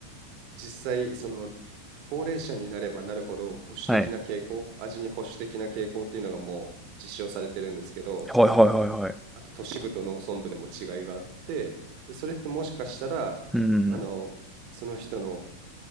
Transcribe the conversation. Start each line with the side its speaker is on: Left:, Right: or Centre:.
Right: 実際、その、高齢者になればなるほど保守的な傾向、
Centre: あ。はい。
Right: 味に保守的な傾向っていうのがもう実証されてるんですけど、
Centre: はいはいはいはい。
Right: あと都市部と農村部でも違いがあって、でそれってもしかしたら、
Centre: うん。
Right: あの、その人の